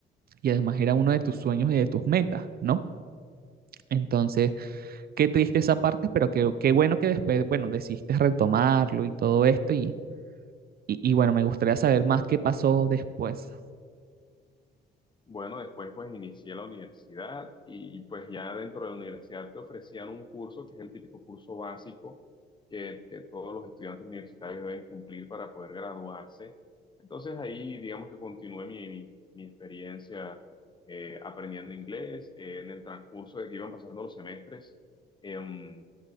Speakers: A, on the right; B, on the left.
A: y además era uno de tus sueños y de tus metas, ¿no? Entonces, qué triste esa parte, pero qué, qué bueno que después, bueno, decidiste retomarlo y todo esto y, y, y bueno, me gustaría saber más qué pasó después.
B: Bueno, después pues inicié la universidad y pues ya dentro de la universidad te ofrecían un curso que es el típico curso básico que, que todos los estudiantes universitarios deben cumplir para poder graduarse. Entonces ahí digamos que continué mi, mi, mi experiencia eh, aprendiendo inglés. Eh, en el transcurso de que iban pasando los semestres, em,